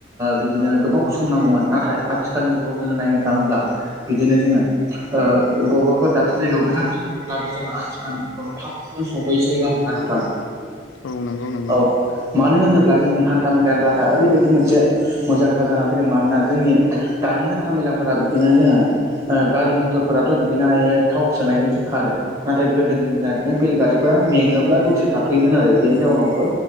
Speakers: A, on the right; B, on the left.
A: बिदिनो गोबाव सम नांगौमोन नाथाय आथिखालनि जुगाव जोङो नायनो थाङोब्ला बिदिनो जोङो ओ आबेबा अबेबाफोर दाबसे जायगायाव गोजान थ थांङोब्लाबो जोंङो आथिखालखौ थाबनो सहैसै आरोना नोंथां
B: औ नंगौ नंगौ
A: औ मानो होनोब्ला जोंनि हानथा मेलानि राहाया ओरैबायदि मोनसे मोजांथार जानानै फैदों मानोना जोंनि दानि हानथा मेलाफोरा बिदिनो जोङो ओ गारि मथरफोराथ' बिदिनो हायो थाव सोनायजोंसो खारो नाथाय गोदोनि जाहा बिदिनो बेलगारिफोरा मेङोब्ला दसे थाथ'योमोन आरो बेनि जाउनावबो